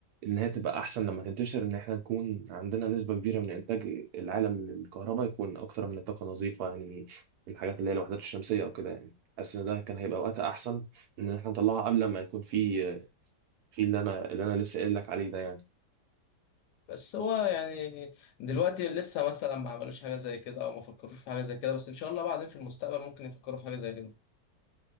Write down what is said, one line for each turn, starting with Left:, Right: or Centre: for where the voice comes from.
Right: ان هي تبقى احسن لما تنتشر ان احنا نكون عندنا نسبة كبيرة من انتاج العالم للكهرباء يكون اكتر من طاقة نظيفة يعني الحاجات اللي هي الوحدات الشمسية او كده يعني حاسس ان ده كان هيبقى وقتها احسن ان احنا نطلعها قبل ما يكون في في اللي انا اللي انا لسه قايل لك عليه ده يعني
Left: بس هو يعني دلوقتي لسه مثلا ما عملوش حاجة زي كده أو ما فكروش في حاجة زي كده بس إن شاء الله بعدين في المستقبل ممكن يفكروا في حاجة زي كده